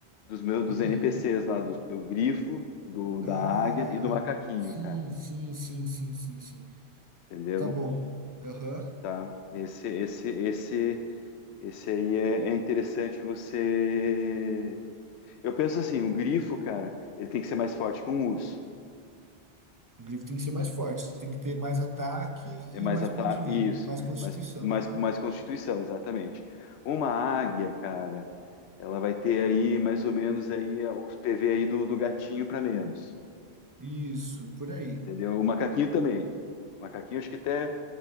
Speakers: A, on the left (about 85°); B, on the right (about 25°).
A: dos meus dos
B: De quem?
A: NPCs lá, do, do grifo, do da
B: Ah,
A: águia e do macaquinho,
B: sim,
A: cara.
B: sim, sim, sim, sim, sim.
A: Entendeu?
B: Tá bom. Aham.
A: Tá? Esse esse esse esse aí é, é interessante você. Eu penso assim, o grifo, cara, ele tem que ser mais forte que um urso.
B: O grifo tem que ser mais forte, tem que ter mais ataque
A: É mais
B: e mais
A: ataque,
B: ponto de vida,
A: isso,
B: mais constituição,
A: mais, mais,
B: aham.
A: mais constituição, exatamente. Uma águia, cara, ela vai ter aí mais ou menos aí os PV aí do, do gatinho para menos.
B: Isso, por aí.
A: Entendeu? O macaquinho também. O macaquinho, acho que até.